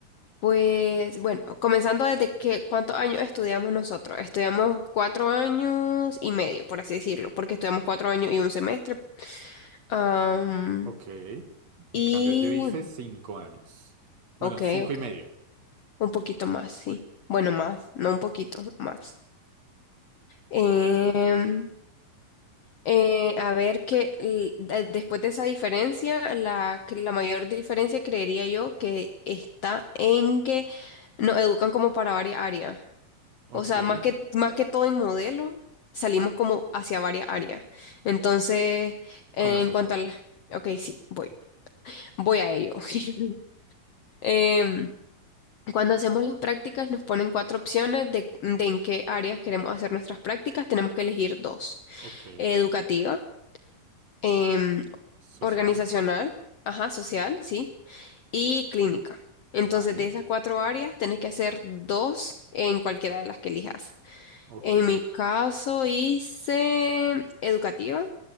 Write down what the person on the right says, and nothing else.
Ok. En
cambio, yo hice cinco años. Bueno,
cinco
y medio.
Ok.
¿Cómo es eso?
Ok.
Social,
vale,
ok.